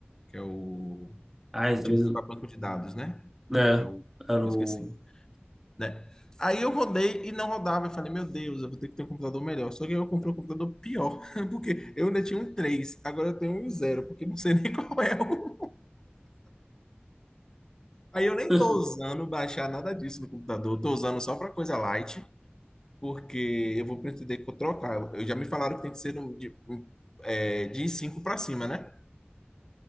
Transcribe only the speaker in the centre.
Ai,
talvez,
né,
era
o...
<laughs>